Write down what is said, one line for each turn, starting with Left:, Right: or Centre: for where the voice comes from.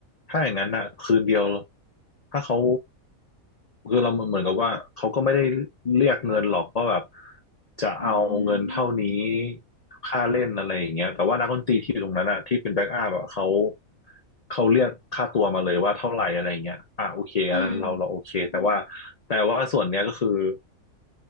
Left: ถ้าอย่างนั้นอะคืนเดียวถ้าเขาคือเราเหมือนกับว่าเขาก็ไม่ได้เรียกเงินหรอกว่าแบบจะเอาเงินเท่านี้
Right: อืม
Left: ค่าเล่นอะไรอย่างเงี้ยแต่ว่านักดนตรีที่อยู่ตรงนั้นอะที่เป็นแบ็กอัพอะเขาเขาเรียกค่าตัวมาเลยว่าเท่าไหร่อะไรเงี้ยอ่ะโอเคอันนั้นเราเราโอเคแต่ว่า
Right: อืม
Left: แต่ว่าส่วนเนี้ยก็คือ